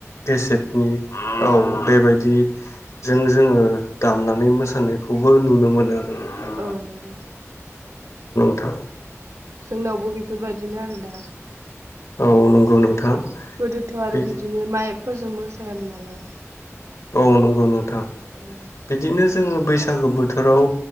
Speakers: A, on the left (about 75°); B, on the right (about 75°).
A: केसेटनि औ बेबाय दि जों जोङो दामना नै मोसानायखौबो नुनो मोनो। नोंथां
B: औ नंगौ
A: थ'
B: जोंनावबो बेफोरबायदिनो आरोना
A: औ नंगौ नोंथां
B: गोदोथ' आरो
A: बे
B: बिदिनो माइक फोरजों मोसायामोन नालाय
A: औ नंगौ नों थां
B: औ
A: बिदिनो जोङो बैस सागो बोथोराव